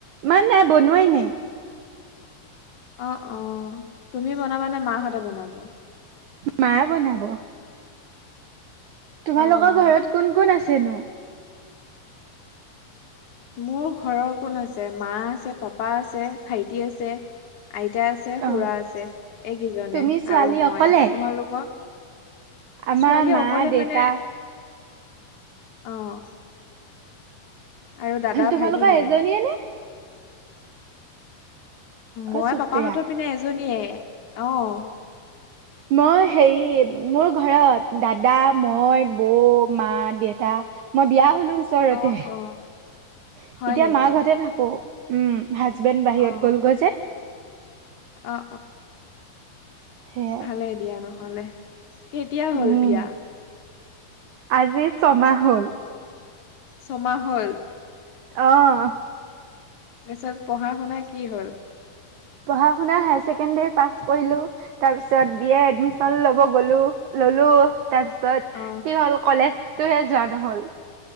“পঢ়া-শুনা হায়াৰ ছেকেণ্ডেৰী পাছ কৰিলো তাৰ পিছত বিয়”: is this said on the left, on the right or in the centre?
Right